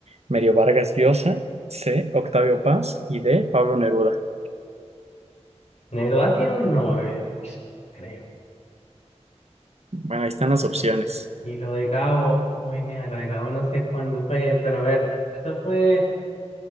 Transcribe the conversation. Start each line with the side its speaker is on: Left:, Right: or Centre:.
Right: Mario Vargas Llosa, C, Octavio Paz y D, Pablo Neruda.
Left: Neruda tiene un Nobel. Uy, no creo.
Right: Bueno, ahí están
Left: Y,
Right: las opciones.
Left: y- y lo de Gabo, uy, nea, lo de Gabo no sé cuándo fue, pero a ver, eso fue